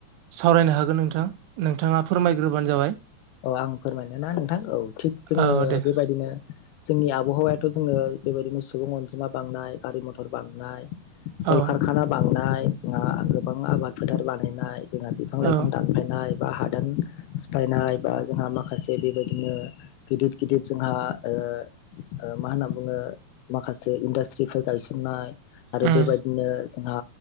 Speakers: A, on the right; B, on the left.
A: सावरायनो हागोन नोंथां नोंथाङा फोरमायग्रोबानो जाबाय।
B: ओ आं फोरमायनो ना नोंथां औ थिग जोङो
A: औ दे
B: बेबायदिनो जोंनि आबहावा थ' जोङो बेबायदिनो सुबुं अनजिमा बांनाय गारि मथर बांनाय कलकारखाना
A: औ
B: बांनाय जोंहा गोबां आबाद फोथार बानायनाय जोंहा बिफां
A: औ
B: लाइफां दानफायनाय बा हादान सिफायनाय बा जोंहा माखासे बेबायदिनो गिदद गिदिर जोंहा ओ ओ मा होनना बुङो ओ माखासे इनदास्ट्रि गायसनाय आरो
A: उम
B: बेबायदिनो जोंहा